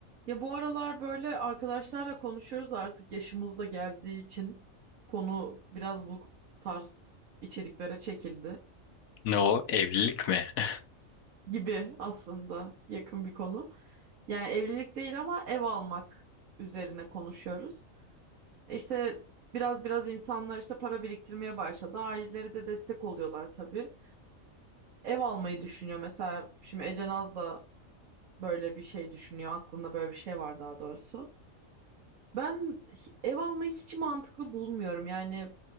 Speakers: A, on the right; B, on the left.
A: Ya bu aralar böyle arkadaşlarla konuşuyoruz artık yaşımız da geldiği için konu biraz bu tarz içeriklere çekildi
B: Ne o? Evlilik mi? <laughs>
A: gibi aslında yakın bir konu. Yani evlilik değil ama ev almak üzerine konuşuyoruz. İşte biraz biraz insanlar işte para biriktirmeye başladı. Aileleri de destek oluyorlar tabii. Ev almayı düşünüyor mesela şimdi Ece Naz da böyle bir şey düşünüyor. Aklında böyle bir şey var daha doğrusu. Ben hi- ev almayı hiç mantıklı bulmuyorum. Yani